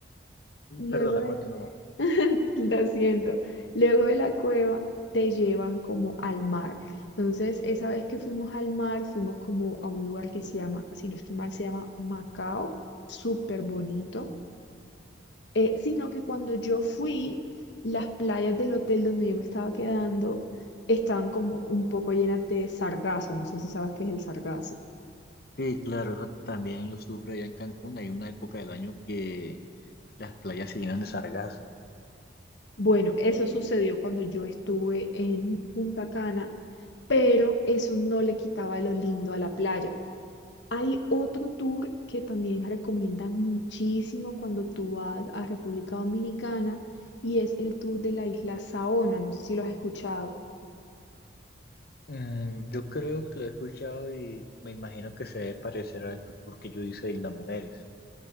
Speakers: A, on the left (about 70°); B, on the left (about 50°).
A: luego
B: perdona,
A: de,
B: continúa.
A: <laughs> lo siento, luego de la cueva te llevan como al mar. Entonces, esa vez que fuimos al mar, fuimos como a un lugar que se llama, si no estoy mal, se llama Macao, súper bonito. Eh, sino que cuando yo fui, las playas del hotel donde yo me estaba quedando estaban como un poco llenas de sargazo. No sé si sabes qué es el sargazo.
B: Sí, claro, eso también lo sufre allá en Cancún. Hay una época del año que las playas se llenan de sargazo.
A: Bueno, eso sucedió cuando yo estuve en Punta Cana, pero eso no le quitaba lo lindo a la playa. Hay otro tour que también recomienda muchísimo cuando tú vas a República Dominicana y es el tour de la isla Saona. No sé si lo has escuchado.
B: Mm, yo creo que lo he escuchado y me imagino que se debe parecer al tour que yo hice de Islas Mujeres.